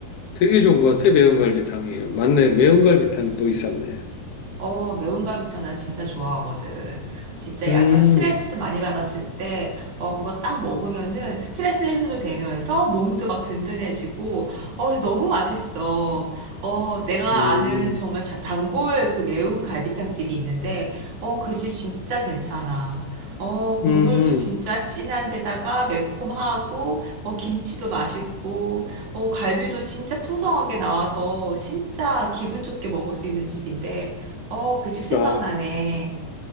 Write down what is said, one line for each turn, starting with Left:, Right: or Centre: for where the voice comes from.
Left: 되게 좋은 것 같아, 매운갈비탕이. 맞네, 매운갈비탕도 있었네.
Right: 어, 매운가루탕 나 진짜 좋아하거든. 진짜
Left: 음,
Right: 약간 스트레스 많이 받았을 때, 어, 그거 딱 먹으면은 스트레스 해소도 되면서 몸도 막 든든해지고, 어, 그래서 너무 맛있어. 어, 내가
Left: 음,
Right: 아는 정말 자- 단골 그 매운 갈비탕 집이 있는데, 어, 그 집 진짜 괜찮아. 어, 국물도
Left: 음.
Right: 진짜 진한데다가 매콤하고, 어, 김치도 맛있고, 어, 갈비도 진짜 풍성하게 나와서 진짜 기분 좋게 먹을 수 있는 집인데, 어, 그 집 생각나네.
Left: 아,